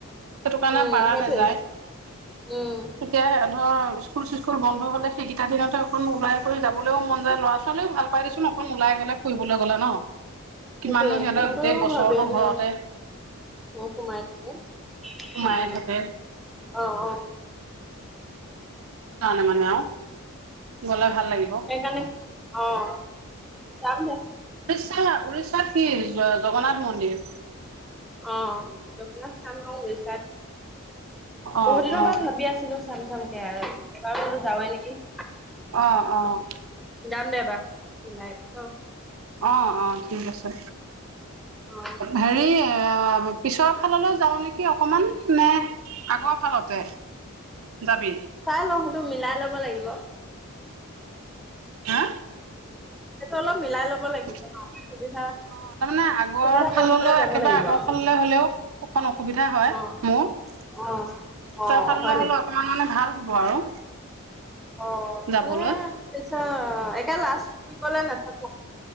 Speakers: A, on the right; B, in the centre.
A: সেইটো কাৰণে
B: উম,
A: পাৰা
B: সেইটোৱে
A: নাযায়।
B: উম।
A: গতিকে ধৰ স্কুল চিস্কুল বন্ধ হলে সেইকেইটা দিনতে অ', ওলাই কৰি যাবলৈও মন যায় ল'ৰা ছোৱালীও ভাল পাই দেচোন, অকন ওলাই গলে ফুৰিবলৈ গ'লে ন।
B: সেইটোৱে
A: কিমাননো সিহঁতে
B: সিহঁতৰো
A: গোটেই বছৰতো
B: ভাবি আছে
A: ঘৰতে
B: <unintelligible> সোমাই থাকে সেইকাৰণে
A: সোমাই থাকে
B: অ', অ'।
A: <unintelligible> মানে আৰু। গলে ভাল লাগিব।
B: সেইকাৰণে অ', <unintelligible>
A: উৰিষ্যা-উৰিষ্যাত কি জগনাথ মন্দিৰ?
B: অ', জগতনাথ চাম আৰু উৰিচাত।
A: অ
B: বহুত দিনৰ
A: অ
B: পৰা ভাবি আছিলো চাম চামকে আৰু এবাৰ বোলো যাওঁৱেই নেকি।
A: অ', অ'।
B: যাম দে এবাৰ ওলাই, অ'।
A: অ', অ', ঠিক আছে।
B: অ',
A: হেৰি পিছৰ ফাললৈ যাওঁ নেকি অকণমান নে আগৰ ফালতে যাবি?
B: চাই লওঁ সেইটো মিলাই লব লাগিব।
A: হা
B: সেইটো অল মিলাই ল'ব লাগিব
A: অ',
B: ন সুবিধা
A: তাৰমানে আগৰ
B: সুবিধা বুজি
A: ফাললেও
B: পেলাই যাব
A: একেবাৰে
B: লাগিব
A: আগৰ
B: আৰু
A: ফাললৈ হ'লেও অকণ অসুবিধা হয়
B: অ'।
A: মোৰ,
B: অ',
A: পিছৰ
B: অ',
A: ফাললৈ
B: হয় নেকি?
A: হলেও অকমান মানে ভাল হ'ব আৰু।
B: অ',
A: যাবলৈ
B: তে পিছ একে লাষ্ট উইকলে নাথাক